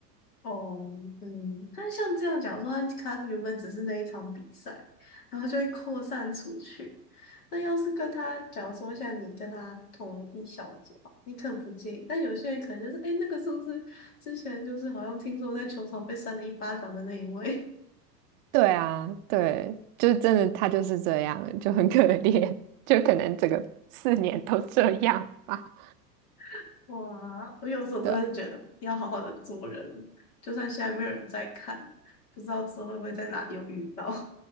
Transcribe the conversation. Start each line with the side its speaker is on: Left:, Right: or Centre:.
Left: 哦，嗯，但像这样，假如说他他原本只是那一场比赛，然后就会扩散出去。那要是跟他，假如说像你跟他同一小组啊你可能不介意，但有些人可能就是，哎，那个是不是之前就是好像听说在球场被扇了一巴掌的那一位？
Right: 对啊，对，就真的他就是这样，就很可怜，就可能整个四年都这样吧。
Left: <laughs> 哇，我有时候真的觉得要好好的做人，
Right: 对啊。
Left: 就算现在没有人在看，不知道之后会不会在哪又遇到。